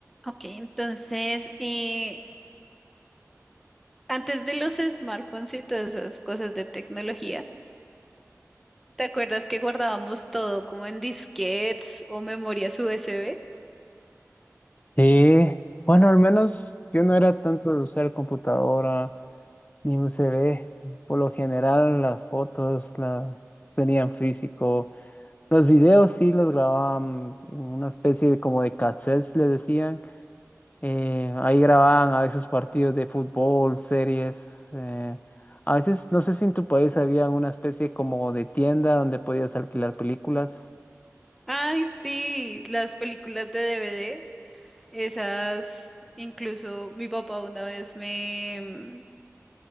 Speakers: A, in the centre; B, on the left.
A: Ok, entonces, eh, antes de los smartphones y todas esas cosas de tecnología, ¿te acuerdas que guardábamos todo como en disquetes o memorias USB?
B: Sí, bueno, al menos yo no era tanto de usar computadora ni USB. Por lo general, las fotos las tenían físico. Los videos sí los grababan en una especie de como de cassettes, le decían. Eh, ahí grababan a veces partidos de fútbol, series. eh, a veces, no sé si en tu país había una especie como de tienda donde podías alquilar películas.
A: Ay, sí, las películas de DVD, esas, incluso mi papá una vez me, mm,